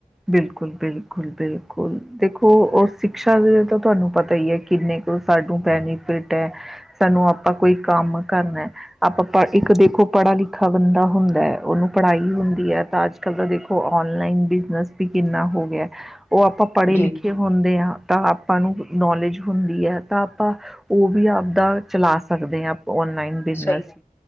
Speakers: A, in the centre; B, on the left.
A: ਬਿਲਕੁਲ, ਬਿਲਕੁਲ, ਬਿਲਕੁਲ। ਦੇਖੋ ਓ ਸਿਕਸ਼ਾ ਦੇ ਤਾਂ ਤੁਹਾਨੂੰ ਪਤਾ ਈ ਐ ਕਿੰਨੇ ਕੁ ਸਾਨੂੰ ਬੈਨੀਫਿਟ ਐ। ਸਾਨੂੰ ਆਪਾਂ ਕੋਈ ਕੰਮ ਕਰਨੈ, ਆਪਾਂ ਪ ਇੱਕ ਦੇਖੋ ਪੜਾ ਲਿਖ ਔਖਾ ਬੰਦਾ ਹੁੰਦੈ, ਓਹਨੂੰ ਪੜ੍ਹਾਈ ਹੁੰਦੀ ਐ ਤਾਂ ਅੱਜ-ਕੱਲ ਦਾ ਦੇਖੋ ਔਨਲਾਈਨ ਬਿਜ਼ਨਸ ਵੀ ਕਿੰਨਾ ਹੋ ਗਯੈ, ਓ ਆਪਾਂ ਪੜ੍ਹੇ
B: ਜੀ
A: ਲਿਖੇ ਹੁੰਦੇ ਆਂ। ਤਾਂ ਆਪਾਂ ਨੂੰ ਨੌਲੇਜ ਹੁੰਦੀ ਐ ਤਾਂ ਆਪਾਂ ਓ ਵੀ ਆਪਦਾ ਚਲਾ ਸਕਦੇ ਆ ਆਪਾਂ ਓਨਲਾਈਨ। ਬਿਜ਼ਨਸ
B: ਸਹੀ ਗੱਲ